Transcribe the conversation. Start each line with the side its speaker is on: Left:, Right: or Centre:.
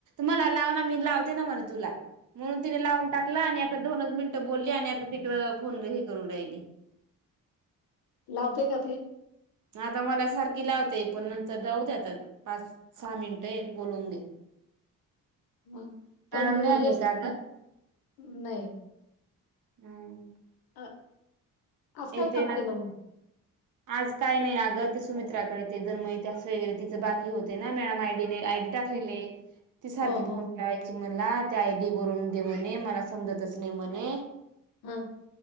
Right: मला लाव ना मी लावते ना म्हणे तुला म्हणून तिने लावून टाकलं आणि आता दोनच मिनट बोलली आणि आता तिकड फोनही करून राहिली
Left: लावते का ते
Right: आता मला सारखी लावते पण नंतर जाऊ द्याता पाच सहा मिनिट बोलवून घे
Left: मग
Right: काम
Left: पण
Right: नाही आलीय
Left: व्यस्त
Right: का आज
Left: नाही
Right: हम्म
Left: अ आज
Right: येते
Left: काय काम
Right: ना
Left: केलं मग?
Right: आज काय नाही अगं ते सुमित्राकडे
Left: हो
Right: ते जन्म त्यास वगैरे तिच बाकी होते ना मॅडम आयडी आयडी टाकलेले आहे ती सारखी
Left: हो
Right: फोन मिळावायची मला त्या आयडी बरून दे म्हणे मला समजतच नाही म्हणे
Left: हा